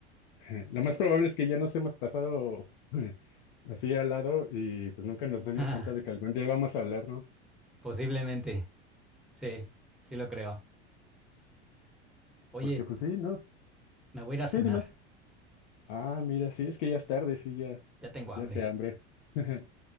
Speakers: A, on the left; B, in the centre.
A: <laughs> Lo más probable es que ya nos hemos pasado <laughs> así al lado y pues nunca nos dimos
B: <laughs>
A: cuenta de que algún día vamos a hablar, ¿no?
B: Posiblemente. Sí, sí lo creo. Oye,
A: Porque pues sí, ¿no?
B: me voy a ir a cenar.
A: Sí, dime. Ah, mira, sí, es que ya es tarde, sí, ya,
B: Ya tengo hambre.
A: ya se hambre. <laughs>